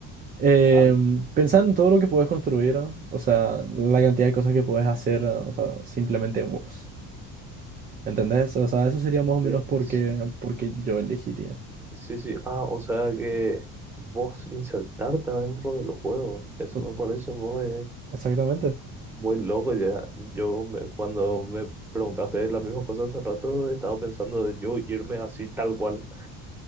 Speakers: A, on the right; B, in the centre.
A: Eh,
B: ah,
A: pensá en todo lo que puedes construir, ¿no? O sea, la cantidad de cosas que puedes hacer, ¿no? o sea, simplemente vos. ¿Entendés? O sea, eso sería más o menos
B: sí.
A: porque, porque yo elegiría.
B: Sí, sí. Ah, o sea que vos insertarte adentro de los juegos. Eso
A: Tot-
B: me parece muy,
A: Exactamente.
B: muy loco ya. Yo me- cuando me preguntaste la misma cosa hace rato, estaba pensando de yo irme así tal cual,